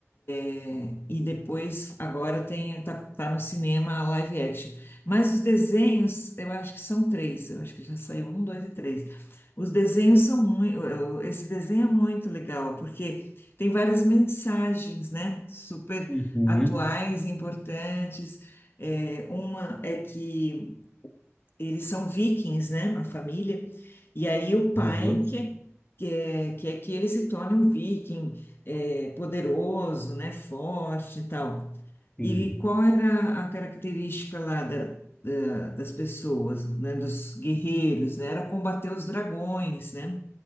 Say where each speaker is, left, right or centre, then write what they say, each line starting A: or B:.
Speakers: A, on the left; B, on the left.
A: é, e depois agora tem tá, tá no cinema a live action. Mas os desenhos, eu acho que são três. Eu acho que já saiu um, dois e três. Os desenhos são muito, esse desenho é muito legal porque tem várias mensagens, né? Super
B: Uhum,
A: atuais, importantes. É, uma é que eles são vikings, né, uma família, e aí o pai
B: aham,
A: quer, quer, quer que ele se torne um viking, é, poderoso, né, forte e tal.
B: sim,
A: E qual era a característica lá da, da- das pessoas, né, dos guerreiros, né, era combater os dragões, né?